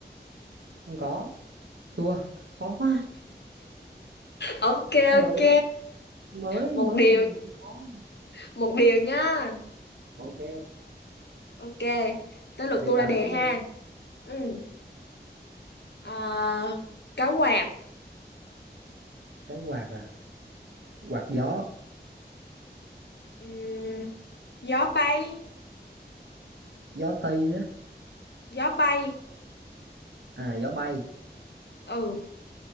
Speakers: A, on the right; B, on the left.
A: không có thua khó quá
B: ok
A: mới
B: ok
A: mới
B: một
A: mới
B: điều
A: vô mình thấy khó
B: một điều nhá
A: ok
B: ok tới lượt
A: vậy thì
B: tôi
A: bà
B: ra đề
A: nói trước
B: ha
A: đi
B: ừ à, cá quạt
A: cái quạt à quạt gió
B: Ừm, gió bay
A: gió tây á
B: gió bay
A: à gió bay
B: ừ